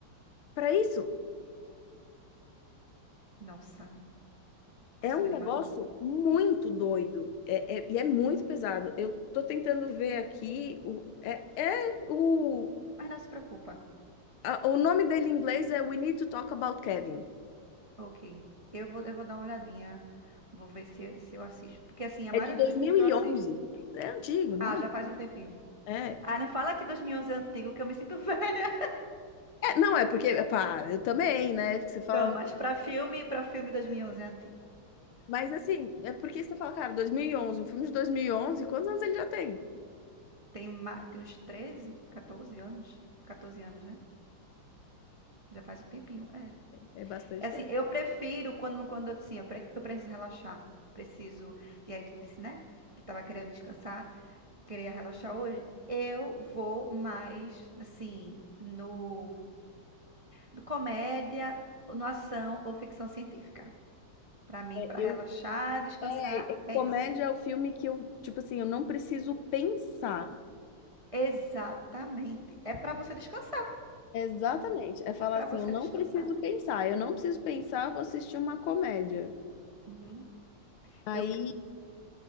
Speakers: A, on the left; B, on the right.
A: para isso.
B: Nossa, não consigo
A: É um
B: nem
A: negócio
B: imaginar.
A: muito doido é, é- e é muito pesado. Eu tô tentando ver aqui o é, é o
B: Mas não se preocupa.
A: a- o nome dele em inglês é We Need to Talk About Kevin.
B: Ok. Eu vou, eu vou dar uma olhadinha, vou ver se, se eu assisto. Porque assim, a
A: É
B: maioria
A: de 2011.
B: dos filmes que eu assisto.
A: É antigo, não
B: Ah,
A: é?
B: já faz um tempinho.
A: É.
B: Ah, não fala que 2011 é antigo, que eu me sinto <laughs> velha.
A: É, não é porque pá, eu também, né? É Porque você fala,
B: Não, mas pra filme, pra filme 2011 é antigo.
A: mas assim, é porque você fala, cara, 2011, um filme de 2011, quantos anos ele já tem?
B: Tem, ma- tem uns 13 14 anos. 14 anos, né? Já faz um tempinho, é.
A: É bastante
B: É assim,
A: tempo.
B: eu prefiro quando, quando eu, assim, eu, pre- eu preciso relaxar. Preciso. E aí tu disse, né? Que tava querendo descansar, queria relaxar hoje. Eu vou mais, assim, no, no comédia, no ação ou ficção científica. Pra mim, pra
A: Eu
B: relaxar, descansar,
A: é, é,
B: é
A: comédia
B: isso.
A: é o filme que eu, tipo assim, eu não preciso pensar.
B: Exatamente. É pra você descansar,
A: Exatamente.
B: entendeu?
A: É falar
B: É pra
A: assim,
B: você
A: eu não
B: descansar.
A: preciso pensar. Eu não preciso pensar, eu vou assistir uma comédia.
B: Uhum.
A: Aí,
B: Eu